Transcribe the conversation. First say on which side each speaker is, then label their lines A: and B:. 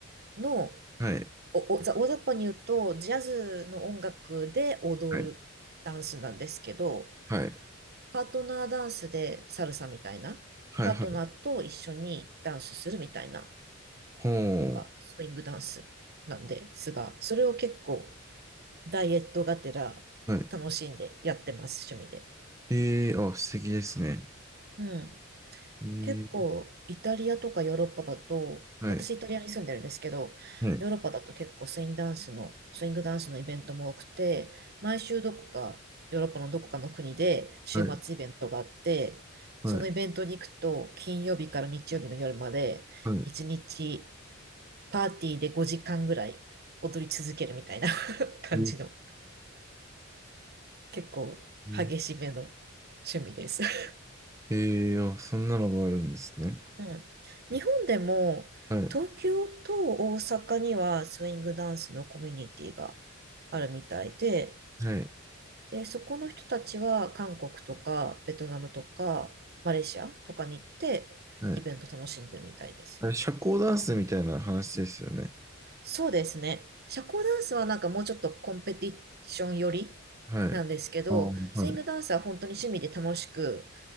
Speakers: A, on the right; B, on the right.
A: の、
B: はい。
A: お、お、ざ大雑把に言うと、ジャズの音楽で踊るダンスなんですけど、
B: はい。はい。
A: パートナーダンスでサルサみたいな、
B: はい。
A: パートナーと一緒にダンスするみたいな。
B: はい。ほ
A: のがスイングダンスなんですが、
B: う。
A: それを結構ダイエットがてら楽しんでやってます、
B: はい。
A: 趣味で。
B: ええー、あ、素敵ですね。
A: うん。
B: えー、
A: 結構イタリアとかヨーロッパだと、
B: はい。
A: 私イタリアに住んでるんですけど、
B: はい。
A: ヨーロッパだと結構スイングダンスの、スイングダンスのイベントも多くて、毎週どこか、ヨーロッパのどこかの国で週末イベントがあって、
B: はい。はい。
A: そのイベントに行くと、金曜日から日曜日の夜まで、
B: はい。
A: 一日パーティーで5時間ぐらい踊り続けるみたいな <laughs> 感じの、
B: えー、
A: 結構激しめの
B: えー、
A: 趣味です。<laughs>
B: えーあ、そんなのがあるんですね。
A: うん。日本でも、
B: はい。
A: 東京と大阪にはスイングダンスのコミュニティがあるみたいで、
B: はい。
A: で、そこの人たちは韓国とかベトナムとかマレーシアとかに行ってイベント楽しんでるみたいです。
B: はい。あれ、社交ダンスみたいな話ですよね。
A: そうですね。社交ダンスはなんかもうちょっとコンペティション寄りなんですけど、
B: はい。ああ、はい。
A: スイングダンスは本当に趣味で楽しく、